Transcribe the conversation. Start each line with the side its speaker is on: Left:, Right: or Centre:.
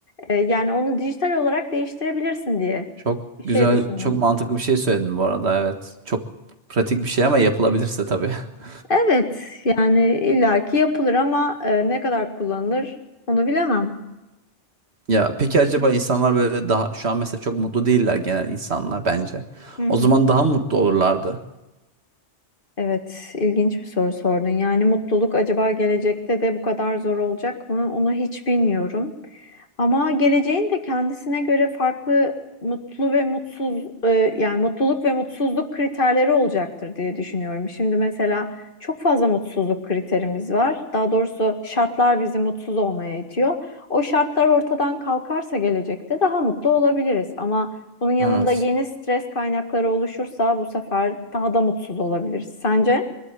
Left: e, yani onu dijital olarak değiştirebilirsin diye
Right: Çok
Left: bir
Right: güzel,
Left: şey düşündüm.
Right: çok mantıklı bir şey söyledin bu arada evet. Çok pratik bir şey ama yapılabilirse tabii. <laughs>
Left: Evet, yani illaki yapılır ama e, ne kadar kullanılır onu bilemem.
Right: Ya peki acaba insanlar böyle daha şu an mesela çok mutlu değiller genel insanlar bence.
Left: Hı
Right: O
Left: hı.
Right: zaman daha mı mutlu olurlardı.
Left: Evet, ilginç bir soru sordun. Yani mutluluk acaba gelecekte de bu kadar zor olacak mı? Onu hiç bilmiyorum. Ama geleceğin de kendisine göre farklı mutlu ve mutsuz e, yani mutluluk ve mutsuzluk kriterleri olacaktır diye düşünüyorum. Şimdi mesela çok fazla mutsuzluk kriterimiz var. Daha doğrusu şartlar bizi mutsuz olmaya itiyor. O şartlar ortadan kalkarsa gelecekte daha mutlu olabiliriz. Ama bunun yanında
Right: Evet.
Left: yeni stres kaynakları oluşursa bu sefer daha da mutsuz olabiliriz. Sence?